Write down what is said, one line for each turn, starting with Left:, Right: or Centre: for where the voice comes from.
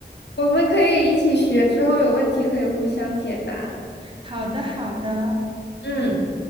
Left: 我们可以一起学，之后有问题可以互相解答。
Right: 好的，好的。
Left: 嗯。